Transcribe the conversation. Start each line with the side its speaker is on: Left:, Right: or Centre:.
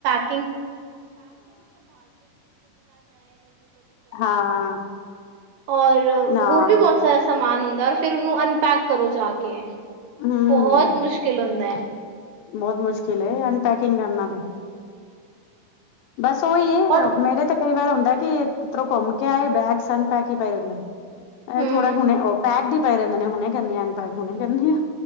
Right: <inaudible> <inaudible>
Left: ਹਾਂ
Right: ਔਰ
Left: ਨਾ
Right: ਹੋਰ ਵੀ ਬਹੁਤ ਸਾਰਾ ਸਮਾਨ ਹੁੰਦਾ ਰ ਫੇਰ ਉਹਨੂੰ ਅਨਪੈਕ ਕਰੋ ਜਾ ਕੇ।
Left: ਹੂੰ
Right: ਬਹੁਤ ਮੁਸ਼ਕਿਲ ਹੁੰਦਾ ਹੈ।
Left: ਬਹੁਤ ਮੁਸ਼ਕਿਲ ਐ ਅਨਪੈਕਿੰਗ ਕਰਨਾ ਦੇ। ਬਸ ਉਹੀ ਹੈ।
Right: ਪਰ।
Left: ਮੇ ਕਿਹਾ ਤੇ ਕਈ ਵਾਰ ਹੁੰਦਾ। ਕਿਧਰੋਂ ਘੁੰਮ ਕੇ ਆਏ ਬੈਗ ਸਨ ਪੈ ਕੇ ਪਏ ਰਿੰਦੇ ਨੇ। ਇਹ
Right: ਹਮ
Left: ਥੋੜਾ ਹੁਣੇ ਉਹ ਪੈਕ ਵੀ ਪਏ ਰਹਿੰਦੇ ਨੇ ਹੁਣੇ ਕਰਨੀ ਆ ਅਨਪੈਕ ਹੁਣੇ ਕਰਨੀ।